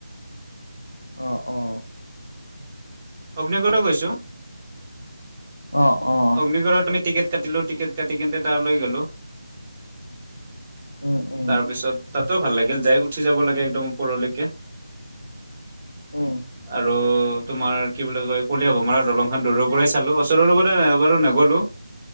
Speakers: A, on the left (about 75°); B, on the right (about 25°).
A: অ অ।
B: অগ্নিগড়টো গৈছোঁ।
A: অ অ।
B: অগ্নিগড়ত আমি টিকেট কাটিলো টিকেট কাটি কিনে তালৈ গলোঁ।
A: উম উম
B: তাৰপিছত তাতো ভাল লাগিল যাই উঠি যাব লাগে একদম ওপৰলৈকে।
A: উম।
B: আৰু তোমাৰ কি বুলি কয় কলিয়া ভোমাৰৰ দলংখন দূৰৰ পৰাই চালো ওচৰৰ ৰৰবত তা নাই এবাৰু নগ'লো